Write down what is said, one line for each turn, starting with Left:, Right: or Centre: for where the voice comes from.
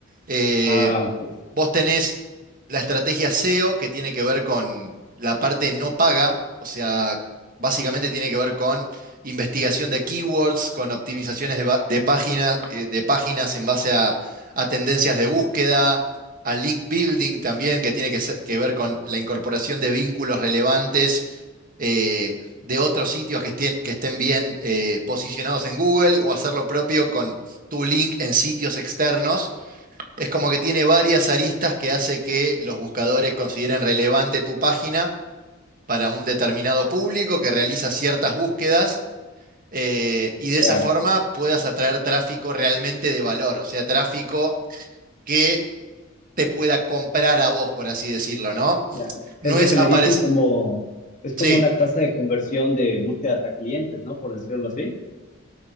Right: Eh,
Left: Ah, ok,
Right: vos tenés la estrategia SEO que tiene que ver con la parte no paga, o sea, básicamente tiene que ver con investigación de keywords, con optimizaciones de, ba- de páginas, eh, de páginas en base a, a tendencias de búsqueda, a link building también, que tiene que, se- que ver con la incorporación de vínculos relevantes. eh, de otros sitios que estén, que estén bien eh, posicionados en Google o hacer lo propio con tu link en sitios externos. Es como que tiene varias aristas que hace que los buscadores consideren relevante tu página para un determinado público que realiza ciertas búsquedas eh, y de
Left: ya,
Right: esa forma puedas atraer tráfico realmente de valor, o sea, tráfico que te pueda comprar a vos, por así decirlo, ¿no?
Left: ya.
Right: No
Left: Es lo
Right: es
Left: que le
Right: aparecer...
Left: dicen como, es como
Right: Sí,
Left: la tasa de conversión de búsquedas a clientes, ¿no? Por decirlo así.